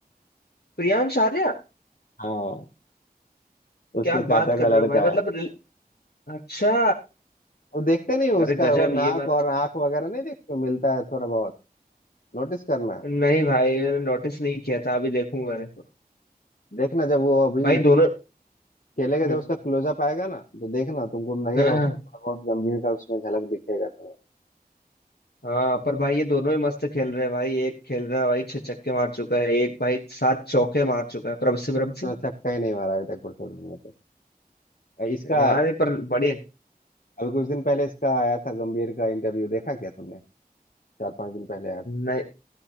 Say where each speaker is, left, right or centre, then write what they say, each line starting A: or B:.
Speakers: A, on the left (about 85°); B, on the left (about 60°).
A: प्रियांश आर्या
B: हाँ उसके
A: क्या
B: चाचा
A: बात
B: का
A: कर
B: लड़का
A: रहे हो भाई मतलब
B: है
A: रिल- अच्छा
B: वो देखते नहीं हो उसका
A: अरे गजब
B: वो नाक
A: ये बात
B: और आंख वगैरह नहीं देखते हो, मिलता है थोड़ा बहुत नोटिस करना
A: नहीं भाई मैंने नोटिस नहीं किया था अभी देखूंगा देखो
B: देखना जब वो अभी
A: भाई दोनों
B: खेलेगा
A: हम्म,
B: जब उसका क्लोजअप आएगा ना तो देखना तुमको लगेगा
A: हाँ
B: उसमें
A: हाँ।
B: थोड़ा बहुत गंभीर का उसमें झलक दिखेगा तुम्हें
A: हाँ पर भाई ये दोनों ही मस्त खेल रहे हैं भाई एक खेल रहा है भाई छह छक्के मार चुका है एक भाई सात चौके मार चुका है प्रभ सिमरन
B: उसने
A: सिंह
B: छक्का ही नहीं मारा अभी तक कुछ में तो इसका
A: हाँ नहीं पर बढ़िया
B: अभी कुछ दिन पहले इसका आया था गंभीर का इंटरव्यू देखा क्या तुमने चार पांच दिन पहले आया था
A: नहीं